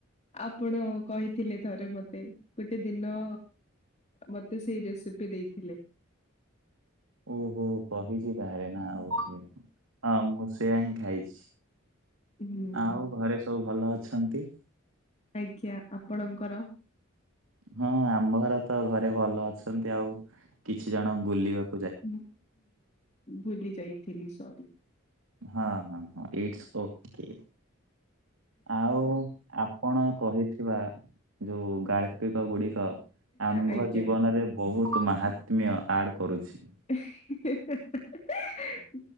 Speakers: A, on the left (about 35°); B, on the right (about 75°).
A: ଆପଣ କହିଥିଲେ ଥରେ ମତେ ଗୋଟେ ଦିନ। ମତେ ସେଇ ରେସିପି ଦେଇଥିଲେ।
B: ଓହୋ କହିଛି ତାହେଲେ ନା ଓହୋ ହଁ ମୁଁ ସେୟା ହିଁ ଖାଇଛି।
A: ହୁଁ
B: ଆଉ ଘରେ ସବୁ ଭଲ ଅଛନ୍ତି?
A: ଆଜ୍ଞା ଆପଣଙ୍କର?
B: ହଁ ଆମ ଘର ତ ଘରେ ଭଲ ଅଛନ୍ତି ଆଉ କିଛି ଜଣ ବୁଲିବା
A: ଉୁଁ ଭୁଲି ଯାଇଥିଲି ସରି।
B: ହଁ ହଁ ହଁ ଇଟସ୍ ଓକେ ଆଉ ଆ ପଣ କହିଥିବା ଯୋଉ ଗାଳ୍ପିକ ଗୁଡିକ ଆମ୍ଭ
A: ଆଜ୍ଞା।
B: ଜୀବନରେ। ବହୁତ ମାହାତ୍ମ୍ୟ ଆଡ଼ କରୁଛି।
A: ହି ହି ହି ହଁ